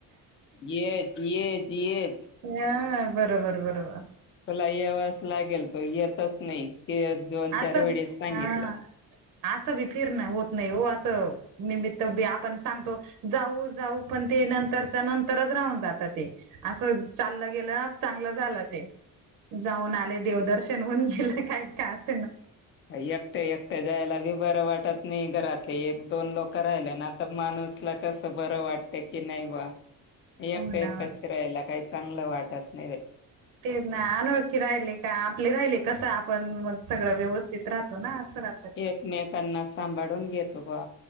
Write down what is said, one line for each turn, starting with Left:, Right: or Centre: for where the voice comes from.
Left: येत येत येत
Right: ह बरोबर बरोबर
Left: तुला यावाच लागेल तू येतच नाही दोन
Right: असं
Left: चार वेळेस
Right: बी
Left: सांगितलं.
Right: हा. असं बी फिरण होत नाही हो असं. निमित्त आपण सांगतो जाऊ जाऊ पण ते नंतरच्या नंतरच राहून जात ते. असं चाललं गेलं ना चांगलं झालं ते. जाऊन आले देवदर्शन होऊन गेलं काही का असं ना.
Left: एकट्या एकट्या जायला बी बरं वाटत नाही घरातले एक दोन लोक राहिले ना. माणूसला कस बरं वाटत की नाही बा मी
Right: हो
Left: एकटं
Right: ना
Left: एकटच फीरायला काही. चांगलं वाटत नाही.
Right: तेच नाही अनोळखी राहिले का आपले राहिले कसं आपण मग सगळं व्यवस्थित राहतो ना असं राहतो.
Left: एकमेकांना सांभाळून घेतो बा.